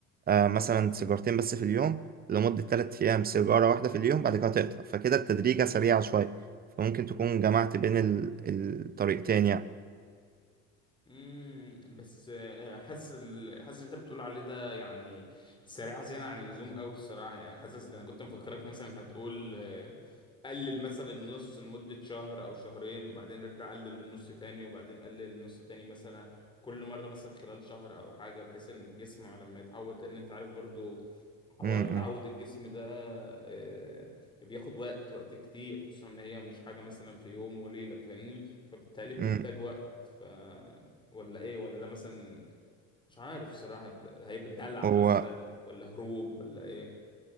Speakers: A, on the right; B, on the left.
A: آه، مثلا سيجارتين بس في اليوم لمدة تلات أيام سيجارة واحدة في اليوم بعد كده تقطع فكده التدريجة سريعة شوية فممكن تكون جمعت بين ال- الطريقتين يعني
B: امم بس آه، حاسس ال- حاسس انت بتقول عليه ده يعني سريعه زياده عن اللزوم قوي الصراحه يعني حاسس ده انا كنت مفكرك مثلا هتقول آه، قلل مثلا النص لمده شهر او شهرين وبعدين ارجع قلل للنص تاني وبعدين قلل للنص تاني مثلا كل مره مثلا خلال شهر او حاجه بحيث ان الجسم لما يتعود لان انت عارف برضو حوار
A: امم
B: تعود
A: امم
B: الجسم ده آه، بياخد وقت وقت كتير خصوصا ان هي مش حاجة مثلا في يوم وليلة فاهمني فبالتالي بتحتاج
A: إمم.
B: وقت ف ولا ايه ولا ده مثلا مش عارف صراحة ده هيبقى دلع
A: هو
B: مثلا ولا هروب ولا ايه